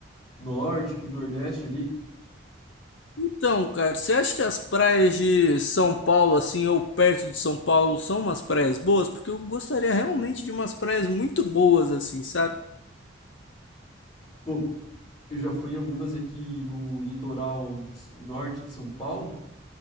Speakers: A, on the left (about 30°); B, on the left (about 75°).
A: norte, pro nordeste ali?
B: Então, cara, você acha que as praias de São Paulo, assim, ou perto de São Paulo, são umas praias boas? Porque eu gostaria realmente de umas praias muito boas, assim, sabe?
A: Pô, eu já fui em algumas aqui no litoral de S- norte de São Paulo,